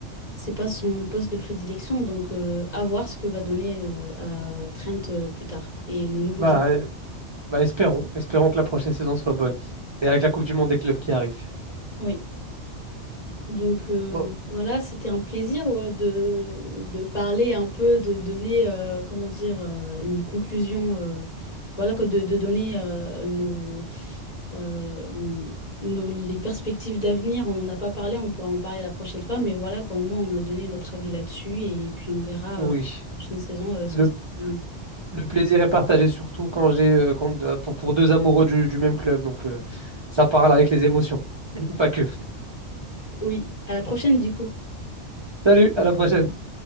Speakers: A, on the left; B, on the right.
A: c'est pas son poste de prédilection. Donc, euh, à voir ce que va donner euh, à Trent euh, plus tard. Et le nouveau
B: Bah,
A: jeune
B: euh, bah espérons. Espérons que la prochaine saison soit bonne. Et avec la Coupe du Monde des clubs qui arrive.
A: Oui, donc euh,
B: Oh,
A: voilà, c'était un plaisir ouais, de, de parler un peu, de donner, euh, comment dire, euh, une conclusion, euh, voilà, quoi, de, de donner euh, nos, euh, nos- les perspectives d'avenir. On n'en a pas parlé, on pourra en parler la prochaine fois, mais voilà, quoi, au moins on a donné notre avis là-dessus et puis on verra
B: oui.
A: euh, la prochaine saison euh, ce
B: Le,
A: que ça va donner.
B: le plaisir est partagé, surtout quand j'ai euh, quand- euh, pour, pour deux amoureux du, du même club. Donc, euh, ça parle avec les émotions. <laughs> Pas que.
A: oui, à la prochaine du coup.
B: Salut, à la prochaine.